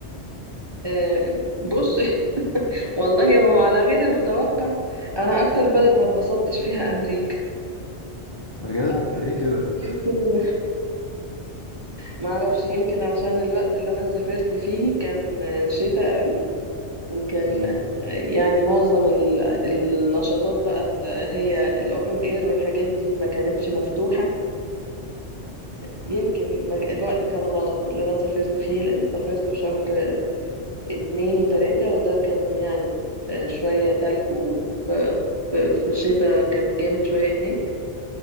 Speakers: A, on the right; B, on the left.
A: آه، بص <laughs> والله هو على غير المتوقع انا اكتر بلد ما اتبسطتش فيها امريكا
B: بجد
A: آه،
B: ليه كده
A: يمكن ما اعرفش يمكن عشان الوقت اللي انا سافرت فيه كان آه، شتاء قوي وكان
B: امم
A: آه، يعني معظم ال- النشاطات بقى اللي هي الاوبن اير والحاجات دي ما كانتش مفتوحة فيمكن الوقت كان غلط اللي انا سافرت فيه لان سافرت في شهر اتنين وتلاتة وده كان يعني آه، شوية تلج وفي في في الشتاء كان جامد شوية هناك